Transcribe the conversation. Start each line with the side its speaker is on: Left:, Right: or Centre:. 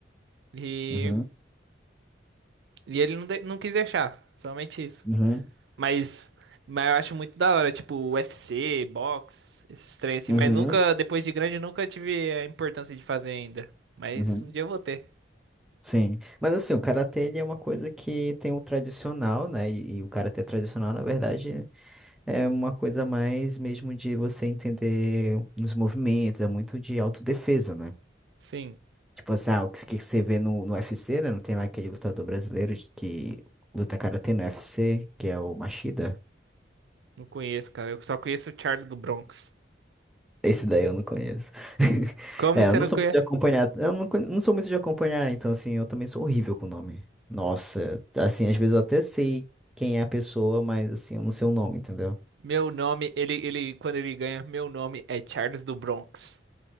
Right: E,
Centre: Uhum.
Right: e ele não, de- não quis deixar, somente isso.
Centre: Uhum.
Right: Mas, mas eu acho muito da hora, tipo, UFC, boxe, esses trem assim.
Centre: Uhum.
Right: Mas nunca, depois de grande, nunca tive a importância de fazer ainda. Mas
Centre: Uhum.
Right: um dia eu vou ter.
Centre: Sim, mas assim, o karatê ele é uma coisa que tem o tradicional, né? E, e o karatê tradicional, na verdade, é uma coisa mais mesmo de você entender os movimentos, é muito de autodefesa, né?
Right: Sim,
Centre: Tipo assim, ah, o que, que você vê no, no UFC, né? Não tem lá aquele lutador brasileiro de- que luta karatê no U f c que é o Machida.
Right: não conheço, cara. Eu só conheço o Charlie do Bronx.
Centre: Esse daí eu não conheço. <laughs>
Right: Como
Centre: É,
Right: que
Centre: eu
Right: você
Centre: não
Right: não
Centre: sou
Right: conhece?
Centre: muito de acompanhar. Eu não, con- não sou muito de acompanhar, então, assim, eu também sou horrível com o nome. Nossa, assim, às vezes eu até sei quem é a pessoa, mas, assim, eu não sei o nome, entendeu?
Right: Meu nome, ele, ele, quando ele ganha, meu nome é Charles do Bronx.